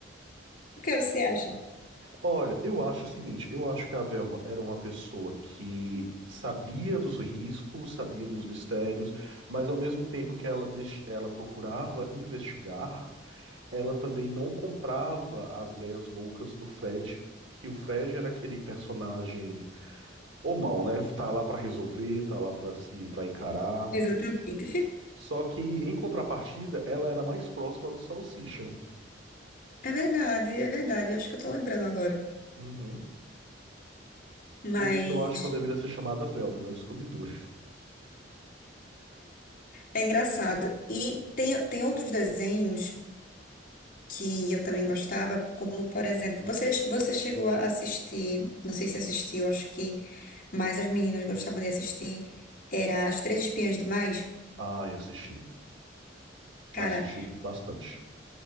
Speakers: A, on the left (about 45°); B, on the right (about 80°).
A: O que você acha?
B: Olha, eu acho o seguinte, eu acho que a Velma era uma pessoa que sabia dos riscos, sabia dos mistérios, mas ao mesmo tempo que ela, deix- ela procurava investigar, ela também não comprava as ideias loucas do Fred, que o Fred era aquele personagem homão, né? Tá lá pra resolver, tá lá pra se para encarar.
A: Exatamente.
B: Só que em contrapartida, ela era mais próxima do Salsicha.
A: É verdade, é verdade. Eu acho que eu tô lembrando agora.
B: Uhum.
A: Mas
B: Por isso eu acho que ela deveria ser chamada Velma, e não Scooby-Doo.
A: é engraçado. E tem, tem outros desenhos. que eu também gostava, como por exemplo, você, você chegou a assistir, não sei se assistiu, acho que mais as meninas gostavam de assistir, era As Três Espiãs Demais.
B: Ai, assisti.
A: Cara,
B: Assisti bastante.